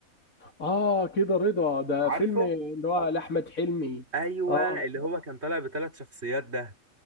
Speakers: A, on the left; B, on the right.
A: اه كده رضا ده
B: عارفه
A: فيلم اللي هو لأحمد حلمي
B: ايوه
A: اه
B: اللي هو كان طالع بثلاث شخصيات ده